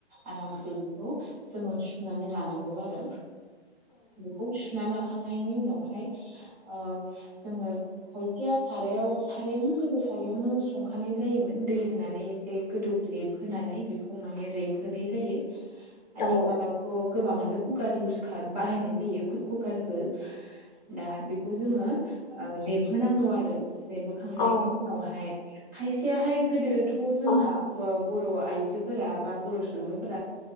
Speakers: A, on the right; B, on the left.
A: आरामसे बेखौ जोङो सुनानै लानांगौ खौ आरो बेखौ सुनानै लाखांना उनावहाय ओ जोङो खायसेया सारायाव सारायावनो गोदो सारायावनो संखानाय जायोमोन दै होनानै एसे गोदौग्ललिब होनानै बेखौ माने रेब होनाय जायो आथिखालावथ'
B: औ
A: गोबाङानो कुकार इउस बाहायनाय जायो कुकारफोर दा बेखौ जोङो ऐ रेबहोनांगौ आरो रेबहोखांनायनि
B: औ
A: उनावहाय खायसेयाहाय गोदोथ' जोंना
B: औ
A: बो बर' आइजोफोरा बा बर' सुबुंफोरा